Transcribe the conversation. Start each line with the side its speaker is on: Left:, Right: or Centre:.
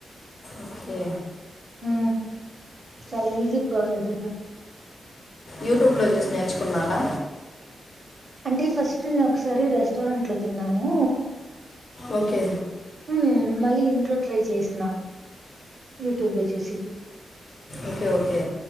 Left: ఇకే
Right: హ చాలా ఈజీ ప్రాసెస్
Left: యూట్యూబ్లో చూసి నేర్చుకున్నారా
Right: అంటే ఫస్ట్ నేను ఒకసారి రెస్టారెంట్ లో తిన్నాను
Left: ఓకే
Right: హ మళ్ళీ ఇంట్లో ట్రై చేసిన యూట్యూబ్ లో చూసి
Left: ఓకే ఓకే